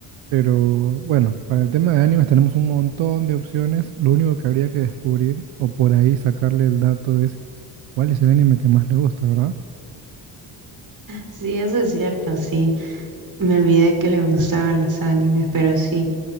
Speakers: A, on the right; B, on the right.
A: pero bueno, para el tema de animes tenemos un montón de opciones, lo único que habría que descubrir o por ahí sacarle el dato es cuál es el anime que más le gusta, ¿verdad?
B: Sí, eso es cierto, sí. Me olvidé que le gustaban los animes, pero sí,